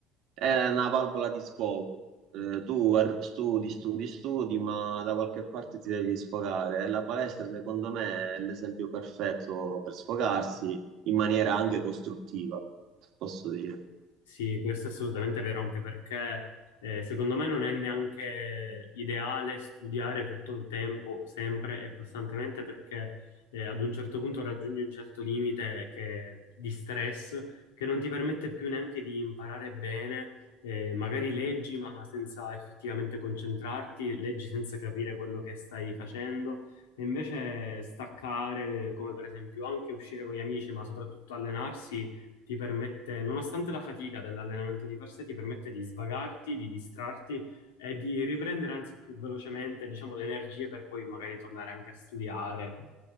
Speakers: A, on the right; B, on the left.
A: è una valvola di sfogo. Eh, tu ar- studi, studi, studi, ma da qualche parte ti devi sfogare e la palestra secondo me è l'esempio perfetto per sfogarsi in maniera anche costruttiva, posso dire.
B: Sì, questo è assolutamente vero, anche perché eh, secondo me non è neanche ideale studiare tutto il tempo, sempre e costantemente, perché eh, ad un certo punto raggiungi un certo limite che- di stress che non ti permette più neanche di imparare bene. eh, magari leggi, ma senza effettivamente concentrarti, leggi senza capire quello che stai facendo. E invece staccare, come per esempio anche uscire con gli amici, ma soprattutto allenarsi ti permette, nonostante la fatica dell'allenamento di per sé, ti permette di svagarti, di distrarti e di riprendere anzi più velocemente, diciamo, le energie per poi magari tornare anche a studiare.